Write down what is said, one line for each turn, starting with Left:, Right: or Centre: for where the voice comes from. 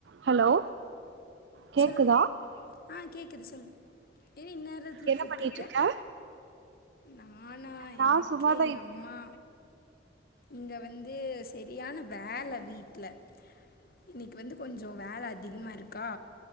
Right: Hello கேக்குதா
Left: சொல்லு ஆ கேக்குது சொல்லு ஏன் இந்ரேத்துல
Right: என்ன
Left: கூப்ட்ருக்க
Right: பண்ணிட்டு இருக்க
Left: நானா
Right: நா
Left: எனக்கு
Right: சும்மாதா
Left: எங்க
Right: இப்
Left: அம்மா இங்க வந்து சரியான வேல வீட்ல இன்னைக்கு வந்து கொஞ்சோ வேல அதிகமா இருக்கா